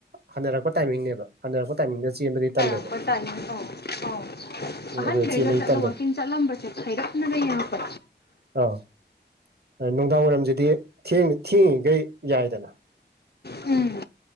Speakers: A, on the right; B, on the left.
A: ꯍꯟꯅꯔꯛꯄ ꯇꯥꯏꯃꯤꯡꯅꯦꯕ ꯍꯟꯅꯔꯛꯄ ꯇꯥꯏꯃꯤꯡꯗ ꯆꯦꯟꯕꯗꯤ ꯇꯜꯂꯦꯕ
B: ꯄ ꯇꯥꯏ ꯑꯧ ꯑꯧ
A: ꯎꯝ
B: ꯑꯍꯟꯒꯩꯒ
A: ꯑꯗꯨꯗ ꯆꯦꯟꯕꯗꯤ
B: ꯆꯠꯂꯣ
A: ꯇꯜꯂꯦꯕ
B: ꯋꯥꯛꯀꯤꯡ ꯆꯠꯂꯝꯕꯁꯦ ꯊꯩꯔꯛ ꯑꯗꯨꯗ ꯌꯦꯡꯉꯛꯄ
A: ꯑꯥ ꯑꯥ ꯅꯨꯡꯗꯥꯡ ꯋꯥꯏꯔꯝꯁꯤꯗꯤ ꯊꯦꯡꯗ ꯊꯦꯡꯉꯤꯈꯩ ꯌꯥꯏꯗꯅ
B: ꯎꯝ